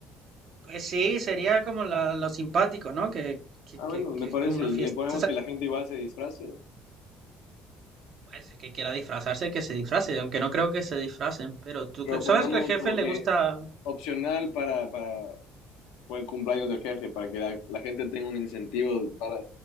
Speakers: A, on the right (about 55°); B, on the left (about 85°).
A: Pues sí, sería como la- lo simpático, ¿no? Que, que,
B: Ah, bueno,
A: que,
B: me
A: que
B: parece.
A: es como una
B: Y
A: fiesta.
B: le ponemos
A: o sea,
B: que la gente igual se disfrace.
A: Pues el que quiera disfrazarse, que se disfrace, aunque no creo que se disfracen, pero tú
B: Pero
A: cre- sabes
B: pongamos
A: que el jefe
B: como
A: le
B: que
A: gusta...
B: opcional para, para, por el cumpleaños del jefe, para que la, la gente tenga un incentivo para